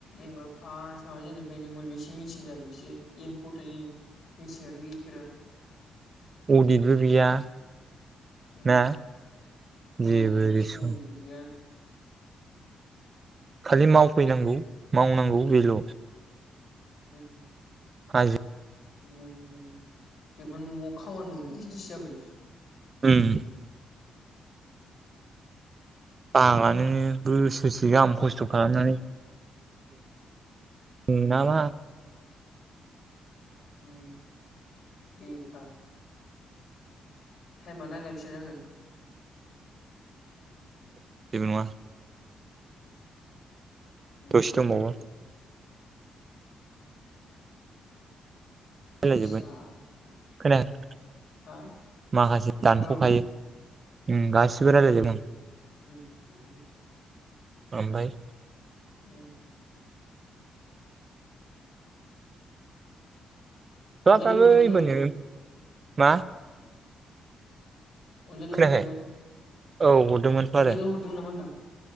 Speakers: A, on the left (about 55°); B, on the right (about 40°).
A: एबो फासयाव एनिबिनि मोनबैसो मिटिं जादोंसै इमपथैय मिथिंयानो गैफेरा
B: अडितबो गैया।
A: उम
B: ना
A: प्रजेगनि
B: जेबो रेसपन
A: सोमोनदैबो गैया।
B: खालि मावफैनांगौ मावनांगौ बेल'
A: उम
B: आ
A: नोंङो बेबो न'आव खामानि मावनाय बिदिसो जाबाय।
B: उम आंहानो नै बोसोरसे गाहाम खस्थ' खालामनानै उम नांङा।
A: उम बेेखार टाइमेया नायलाय बेसेबां जाखो
B: जेबो नंङा।
A: उम
B: दसे दंबावो
A: <inaudible>
B: मिलायजोबगोन
A: जाया
B: खोनाया
A: हा
B: माखासे दानसखायो
A: औ
B: उम गास रायलायदोनि
A: <unintelligible>
B: ओमबाय
A: उम
B: हाबाफ्राबो
A: अनजालु हरदोंमोन
B: एबारनो
A: दहायनो
B: मा
A: अनजालु
B: खोनायाखै
A: हरदोंमोन
B: औ हरदोंमोनथ'
A: अनजालु
B: आरो
A: हरदोंमोन नामा होनदां